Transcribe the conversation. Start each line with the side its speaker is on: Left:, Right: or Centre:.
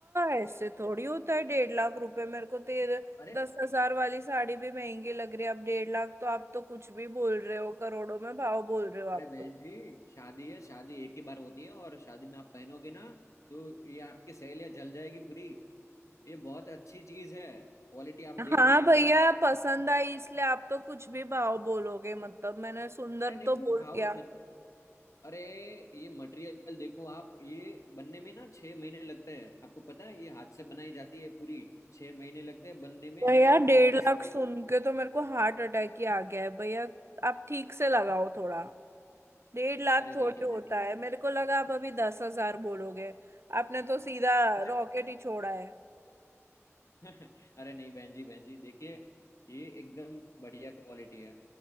Right: ऐसे थोड़ी होता है डेढ़ लाख रुपए मेरे को तो ये
Left: अरे
Right: दस हजार वाली साड़ी भी महंगी लग रही है अब डेढ़ लाख तो आप तो कुछ भी बोल रहे हो करोड़ों में भाव बोल रहे हो आप
Left: अरे बहन
Right: तो
Left: जी शादी है शादी एक ही बार होती है और शादी में आप पहनोगे ना तो ये आपकी सहेलियां जल जाएगी पूरी ये बहुत अच्छी चीज है क्वालिटी आप
Right: हाँ
Left: देखो
Right: भैया
Left: और अरे
Right: पसंद आई इसलिए आप तो कुछ भी भाव बोलोगे मतलब मैंने सुंदर
Left: नहीं
Right: तो बोल
Left: नहीं भाव
Right: दिया
Left: सच में अरे ये मटेरियल देखो आप ये बनने में ना छह महीने लगते हैं आपको पता है ये हाथ से बनाई जाती है पूरी छह महीने लगते हैं बनने में
Right: भैया डेढ़
Left: और इस
Right: लाख सुन के तो मेरे को हार्ट अटैक ही आ गया है भैया आप ठीक से लगाओ थोड़ा डेढ़ लाख
Left: अरे देखिए
Right: थोड़ी होता
Left: बहन जी,
Right: है मेरे को लगा आप अभी दस हजार बोलोगे आपने तो सीधा
Left: अच्छा
Right: रॉकेट ही छोड़ा है
Left: <laughs> अरे नहीं बहन जी बहन जी देखिए ये एकदम बढ़िया क्वालिटी है